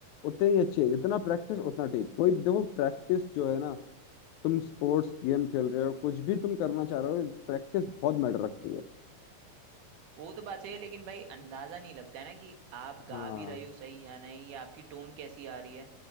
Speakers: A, on the left (about 80°); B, on the right (about 80°).
A: उतनी ही अच्छी है जितना प्रैक्टिस उतना ठीक कोई देखो प्रैक्टिस जो है ना तुम स्पोर्ट्स गेम खेल रहे हो कुछ भी तुम करना चाह रहे हो प्रैक्टिस बहुत मैटर रखती है
B: वो तो बात सही है लेकिन भाई अंदाजा नहीं लगता है ना कि आप गा
A: हाँ
B: भी रहे हो सही या नहीं या आपकी टोन कैसी आ रही है